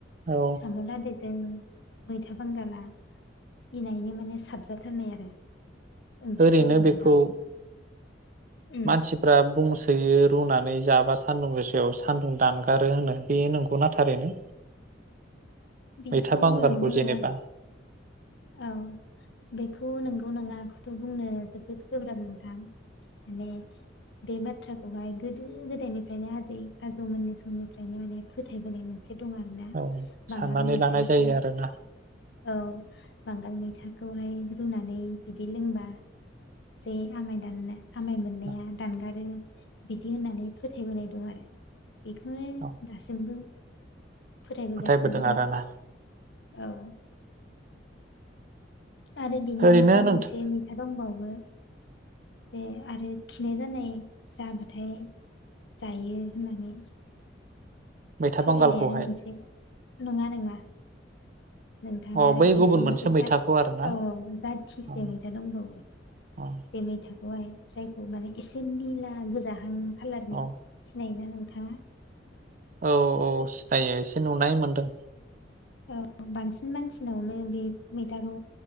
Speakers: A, on the right; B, on the left.
A: औ
B: साम लादाय। जों मैथा बांगाला इनायनो माने साबजाथारनाय आरो। ओंख्रिफोरनि
A: ओरैनो बेखौ।
B: मादाव उम
A: मानसिफ्रा बुं सोयो रुनानै जाबा सान्दुं गोसायाव सान्दुं दानगारो होनो बे नंगौना थारैनो।
B: बेखौ
A: मैथा बांगालखौ
B: नंगौ
A: जेनेबा
B: नङा। औ बेखौ नोंगौ नङाखौथ बुंनो जोबोद गोब्राब नोंथां माने बे बाथ्राखौहाय गोदो गोदायनिफ्रायनो आजै आजौमोननि समनिफ्रायनो माने फोथायबोनाय मोन। एसे दं आरो ना
A: औ
B: बांगाल
A: साननानै
B: मैथाजों
A: लानाय जायो आरोना
B: औ बांगाल मैथाखौहाय रुनानै बिदि लोंबा जै आमाय दाननो आमाय मोननाया
A: औ
B: दानगारो बिदि होननानै फोथायबोनाय दं आरो। बेखौनो
A: औ
B: दासिमबो। फोथायबोगासिनो
A: फोथायबोदों आरोना
B: दङ। औ। आरो बेनि
A: ओरैनो
B: अनगा
A: नोंथां
B: मोनसे मैथा दंबाव बो जे आरो खिनाय जानाय जाबाथाय जायो होननानै।
A: मैथा
B: फोथायनायानो
A: बांगालखौहाय
B: मोनसे नंङा नोंङा। <inaudible> नोंथाङा
A: अ
B: आरो
A: बै
B: मैथा
A: गुबुन
B: मोनसे जाद
A: मैथाखौ आरोना
B: औ जाथिसे
A: औ
B: मैथा दंबावो
A: औ
B: बे मैथा अ आइ। जायखौ माने एसे निला गोजाहां खालारनि
A: औ
B: सिनाय योना नोंथाङा।
A: औ औ सिथायो एसे नुनाय मोनदों।
B: औ बांसिन मानसिनावनो बेब मैथाखौ